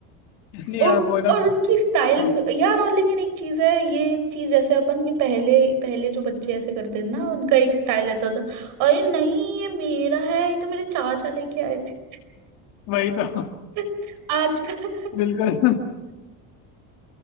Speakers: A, on the left (about 75°); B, on the right (about 65°).
A: इसलिए
B: और
A: यार वो है ना
B: और उनकी स्टाइल
A: हाँ
B: तो यार और लेकिन एक चीज है ये चीज जैसे अपन ये पहले पहले जो बच्चे ऐसे करते थे ना उनका एक स्टाइल रहता था अरे नहीं ये मेरा है ये तो मेरे चाचा लेके आए थे
A: वही तो <laughs>
B: <laughs> आजकल
A: बिल्कुल